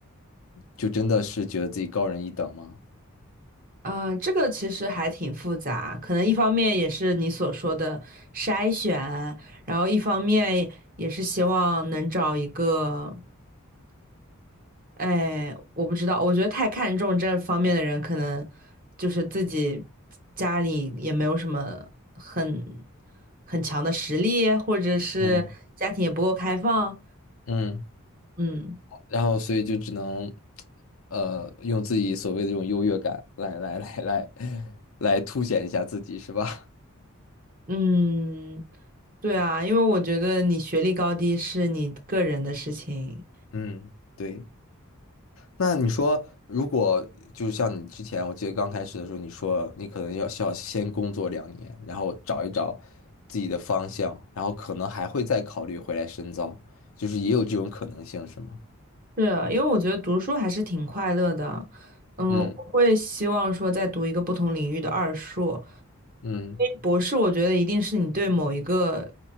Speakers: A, on the left (about 70°); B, on the right (about 40°).
A: 就真的是觉得自己高人一等吗？
B: 呃，这个其实还挺复杂，可能一方面也是你所说的筛选，然后一方面也是希望能找一个。哎，我不知道，我觉得太看重这方面的人，可能就是自己家里也没有什么很很强的实力，或者是家庭也不够开放。
A: 嗯。嗯。
B: 嗯
A: 然后所以就只能，呃，用自己所谓的这种优越感来来来来来凸显一下自己，是吧？
B: 嗯，对啊，因为我觉得你学历高低是你个人的事情。
A: <laughs> 嗯，对。那你说，如果就是像你之前，我记得刚开始的时候，你说你可能要需要先工作两年，然后找一找自己的方向，然后可能还会再考虑回来深造，就是也有这种可能性，是吗？
B: 是啊，因为我觉得读书还是挺快乐的。嗯，
A: 嗯
B: 我会希望说在读一个不同领域的二硕，
A: 嗯
B: 博士，我觉得一定是你对某一个